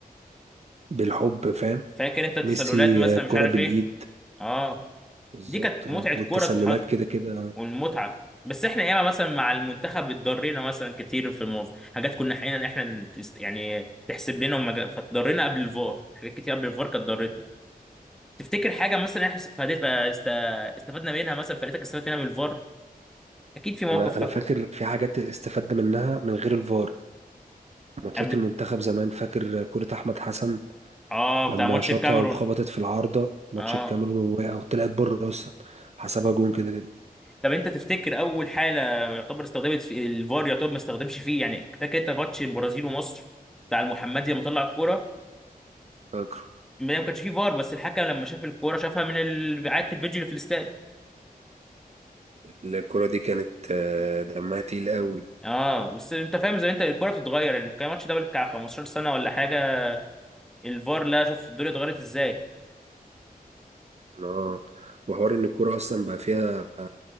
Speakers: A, on the right; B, in the centre.
A: بالحب فاهم
B: فاكر انت التسللات
A: ميسي
B: مثلا
A: آه،
B: مش
A: كرة
B: عارف
A: بالإيد
B: ايه اه
A: بالظبط
B: دي كانت متعه
A: اه والتسللات
B: كوره تتحط
A: كده كده آه.
B: والمتعه بس احنا ياما مثلا مع المنتخب اتضرينا مثلا كتير في الموضوع حاجات كنا حقيقة احنا نتس- يعني تحسب لنا وما جا- فاتضرينا قبل الفار حاجات كتير قبل الفار كانت ضرتنا تفتكر حاجه مثلا احنا فادت فاست- استفدنا منها مثلا فرقتك استفادت منها من الفار اكيد في موقف
A: انا
B: فاكره
A: انا فاكر في حاجات استفدنا منها من غير الفار ماتشات
B: قبل
A: المنتخب زمان فاكر كرة احمد حسن
B: اه
A: لما
B: بتاع ماتش
A: شاطها
B: الكاميرون
A: وخبطت في العارضة ماتش
B: اه
A: الكاميرون ووقع وطلعت بره اصلا حسبها جون كده كده
B: طب انت تفتكر اول حاله يعتبر استخدمت في الفار يعتبر ما استخدمش فيه يعني فاكر انت ماتش البرازيل ومصر بتاع المحمدي لما طلع الكوره
A: فاكره
B: ما كانش فيه فار بس الحكم لما شاف الكوره شافها من ال- اعاده الفيديو اللي في الاستاد
A: الكرة دي كانت آه، دمها تقيل قوي
B: اه بس انت فاهم زي ما انت الكوره بتتغير يعني كان الماتش ده بتاع 15 سنه ولا حاجه الفار لا شوف الدنيا اتغيرت ازاي
A: اه وحوار ان الكرة اصلا بقى فيها